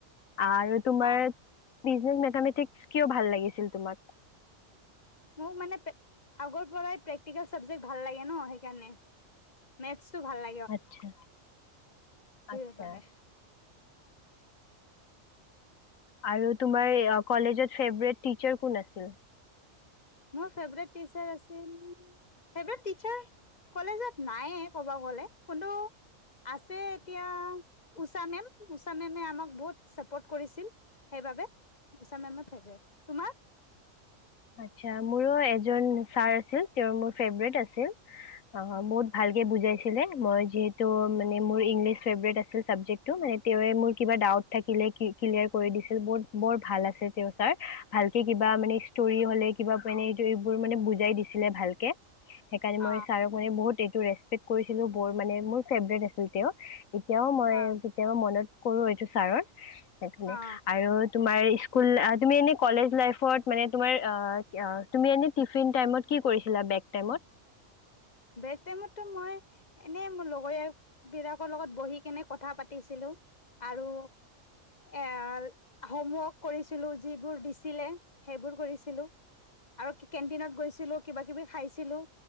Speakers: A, on the left (about 85°); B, on the left (about 30°).
A: আৰু তোমাৰ
B: অ
A: বিজনেচ মেথামেটিক্স কিয় ভাল লাগিছিল তোমাক?
B: মোৰ মানে আগৰ পৰাই প্ৰেক্টিকেল চাব্জেক্ট ভাল লাগে ন' সেইকাৰণে। মেথছটো ভাল লা
A: আচ্ছা,
B: সেইবাবে
A: আচ্ছা। আৰু তোমাৰ কলেজত ফেভৰেট টিচাৰ কোন আছিল?
B: মোৰ ফেভৰেট টিচাৰ আছিল। ফেভৰেট টিচাৰ কলেজত নাইএ ক'ব গ'লে, কোনটো আছে এতিয়া ঊষা মেম, ঊষা মেমে আমাক বহুত চাপৰ্ট কৰিছিল। সেইবাবে ঊষা মেমে ফেভৰেট, তোমাৰ?
A: আটছা, মোৰো এজন ছাৰ আছিল, তেওঁৰ মোৰ ফেভৰেট আছিল। অ' বহুত ভালকে বুজাইছিলে, মই যিহেতো মানে মোৰ ইংলিছ ফেভৰেট আছিল চাবজেক্ট। এতিয়া মানে মোৰ কিবা ডাউট থাকিলে ক্লিয়াৰ কৰি দিছিল, ব বৰ ভাল আছিল তেওঁ ছাৰ। ভালকে কিবা মানে ষ্টৰি হ'লে, কিবা মানে এইবোৰ মানে বুজাই দিছিলে ভালকে। সেইকাৰণে
B: অ
A: মই ছাৰক মানে বহুত এইটো ৰেচপেক্ট কৰিছিলো, বৰ মানে মোৰ ফেভৰেট আছিল তেওঁ। এতিয়াও মই
B: অ
A: কেতিয়াবা মনত কৰো এইটো ছাৰক। সেইকাৰণে
B: অ
A: আৰু তোমাৰ স্কুল তুমি এনেই কলেজ লাইফত মানে তোমাৰ অ' তুমি এনে টিফিন টাইমত কি কৰিছিলা বেক টাইমত?
B: বেক টাইমতো মই এনেই মোৰ লগৰীয় বিলাকৰ লগত বহি কেনে কথা পাতিছিলো, আৰু এ হোমৱৰ্ক কৰিছিলোঁ যিবোৰ দিছিলে সেইবোৰ কৰিছিলোঁ। আৰু কেণ্টিনত গৈছিলো কিবা কিবি খাইছিলোঁ,